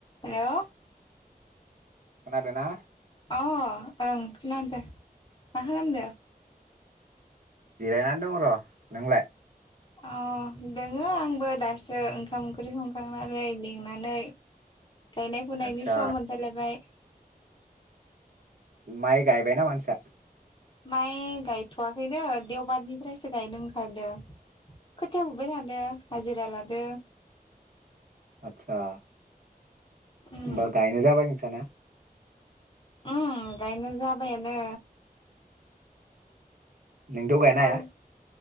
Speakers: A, on the left; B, on the right.
A: हेलौ
B: खोनादोना?
A: अ' ओं खोनादों मा खालामदो?
B: जिरायनानै दङ र नोंलाय
A: अ दोङो आंबो दासो ओंखाम ओंख्रि संखांनानै मेंनानै गायनाय फुनायनि
B: आदसा
A: सम मोनफायलायबाय
B: माइ गायबाय नामा नोंसा
A: माइ गायथवाखैनो देवबारनिफ्रायसो गायनो ओंखारदों खोथाया फुबाय थादो हाजिरा लादो
B: आतसा
A: उम
B: होमबा गायनाय जाबाय नोंसाना
A: उम गायनाय जाबायानो
B: नोंथ‌गायनो
A: कल
B: हाया